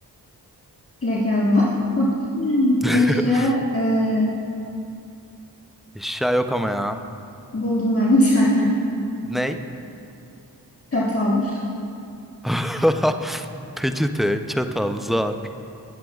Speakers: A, on the left; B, in the centre.
A: çilek yazdım. <laughs>
B: <laughs>
A: Eşya. ee,
B: Eşya yok ama ya.
A: buldum ben bir tane.
B: Ney?
A: Çatal.
B: <laughs> Peçete, çatal, zarf.